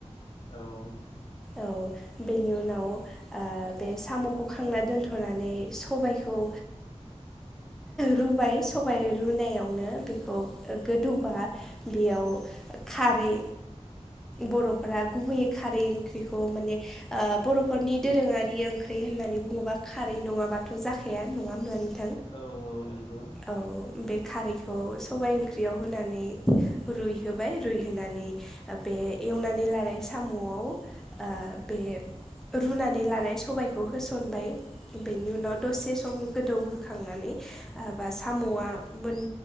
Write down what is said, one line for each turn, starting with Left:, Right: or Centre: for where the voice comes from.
Left: औ
Centre: औ बेनि उनाव बे साम'खौ खांना दोन्थ'नानै सबायखौ रुबाय सबाय रुनायावनो बेखौ गोदौबा बेयाव खारै बर'फोरा गुबैयै खारै ओंख्रि खौ माने बर'फोरनि दोरोङारि ओंख्रि होननानै बुङोब्ला खारै नङाबाथ' जाखाया नङामोनानो
Left: औ औ नंगौ
Centre: औ बे खारैखौ सबाय ओंख्रियाव होनानै रुइहोबाय रुइहोनानै बे एवनानै लानाय साम'आव बे रुनानै लानाय सबायाइखौ होसनबाय बेनि उनाव दसे सम गोदौहोखांनानै बा साम'आ मोन